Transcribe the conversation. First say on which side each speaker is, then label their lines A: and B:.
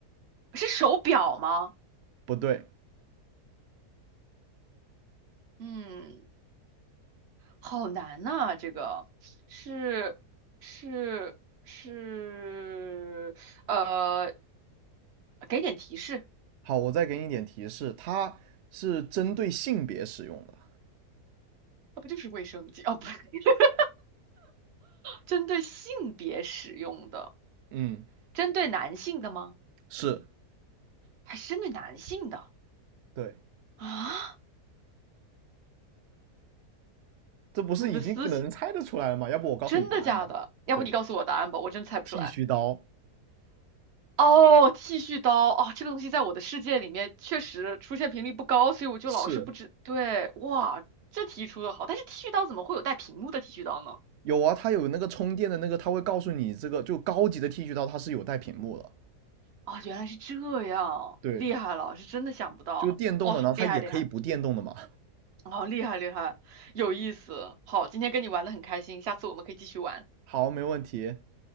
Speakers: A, on the right (about 50°); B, on the right (about 70°).
A: 是手表吗？
B: 不对，
A: 嗯。好难呐、这个是是是，呃，给点提示，
B: 好，我再给你一点提示，它是针对性别使用的。
A: 那不就是卫生巾？哦，不是，<laughs> 针对性别使用的，
B: 嗯，
A: 针对男性的吗？
B: 是，
A: 还是针对男性的
B: 对，
A: 啊？
B: 这不是已经能猜得出来了吗？
A: 我的思想，
B: 要不我告诉你答案吧。
A: 真的假的？要不你告诉我答案吧，
B: 对，
A: 我真猜不出来。
B: 剃须刀。
A: 哦，剃须刀哦，这个东西在我的世界里面确实出现频率不高，所以我就老是不知。
B: 是
A: 对，哇，这题出的好，但是剃须刀怎么会有带屏幕的剃须刀呢？
B: 有啊，它有那个充电的那个，它会告诉你这个就高级的剃须刀它是有带屏幕的，
A: 哦，原来是这样，
B: 对，
A: 厉害了，是真的想不到，
B: 就电动的，
A: 哇，
B: 然后它也可以不电动的嘛。
A: 厉害厉害，哦，厉害厉害，有意思。好，今天跟你玩的很开心，下次我们可以继续玩，
B: 好，没问题，